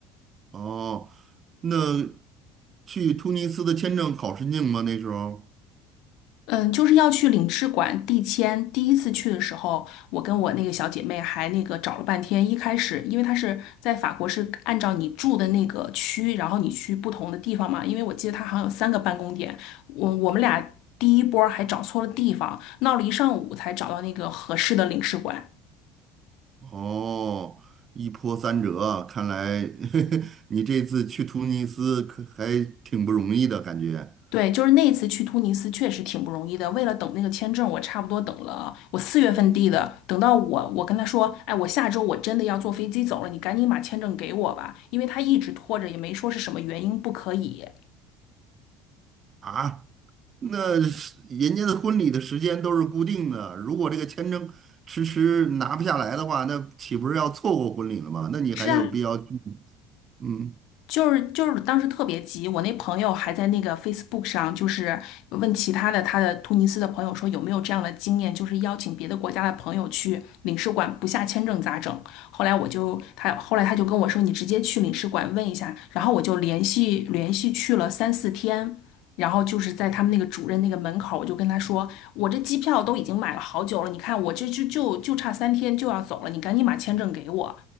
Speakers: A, on the right; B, on the left.
A: 哦，那去突尼斯的签证好申请吗？那时候？
B: 嗯，就是要去领事馆递签。第一次去的时候，我跟我那个小姐妹还那个找了半天。一开始，因为她是在法国，是按照你住的那个区，然后你去不同的地方嘛。因为我记得她好像有三个办公点，我我们俩第一波儿还找错了地方，闹了一上午才找到那个合适的领事馆。
A: 哦，一波三折啊看来 <laughs> 你这次去突尼斯可还挺不容易的感觉
B: 对，就是那一次去突尼斯确实挺不容易的。为了等那个签证，我差不多等了，我四月份递的，等到我我跟他说，哎，我下周我真的要坐飞机走了，你赶紧把签证给我吧，因为他一直拖着，也没说是什么原因不可以。
A: 啊。那是人家的婚礼的时间都是固定的，如果这个签证迟迟拿不下来的话，那岂不是要错过婚礼了吗？那你还有必要去？
B: 是啊，
A: 嗯
B: 就是就是当时特别急，我那朋友还在那个 Facebook 上，就是问其他的他的突尼斯的朋友说有没有这样的经验，就是邀请别的国家的朋友去领事馆不下签证咋整？后来我就他后来他就跟我说你直接去领事馆问一下，然后我就连续连续去了三四天。然后就是在他们那个主任那个门口，我就跟他说：“我这机票都已经买了好久了，你看我这就就就差三天就要走了，你赶紧把签证给我。”